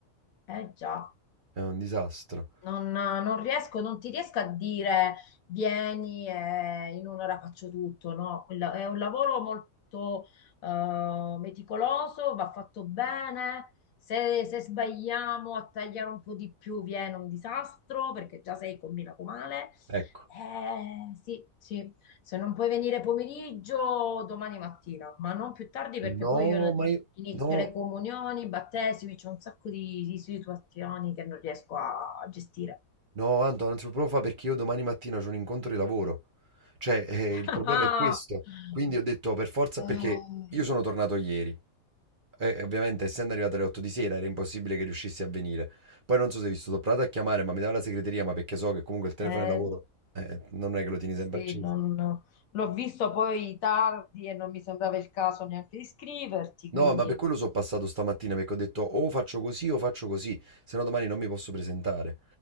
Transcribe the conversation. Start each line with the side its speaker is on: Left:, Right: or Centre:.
Left: Eh già.
Right: è un disastro.
Left: Non, non riesco, non ti riesco a dire vieni e in un'ora faccio tutto, no? Quella- È un lavoro molto eh, meticoloso, va fatto bene. Se, se sbagliamo a tagliare un po' di più viene un disastro perché già sei combinato male.
Right: Ecco.
Left: Eh, sì, sì, se non puoi venire pomeriggio, domani mattina, ma non più tardi perché
Right: No,
Left: poi io
Right: ma io...
Left: Inizio
Right: No,
Left: le comunioni, i battesimi, c'è un sacco di, di situazioni che non riesco a gestire.
Right: no, Anto, non si può fare perché io domani mattina ho un incontro di lavoro. Cioè, eh,
Left: <laughs>
Right: il problema è questo. Quindi ho detto per forza,
Left: Eh,
Right: perché io sono tornato ieri. E ovviamente, essendo arrivato alle 8 di sera, era impossibile che riuscissi a venire. Poi non so se hai visto, ho provato a chiamare, ma mi dava la segreteria, ma perché so che comunque il telefono
Left: Eh,
Right: è lavoro, eh, non è che lo tieni
Left: sì,
Right: sempre acceso.
Left: non- l'ho visto poi tardi e non mi sembrava il caso neanche di scriverti,
Right: No,
Left: quindi...
Right: ma per quello sono passato stamattina perché ho detto o faccio così o faccio così, se no domani non mi posso presentare.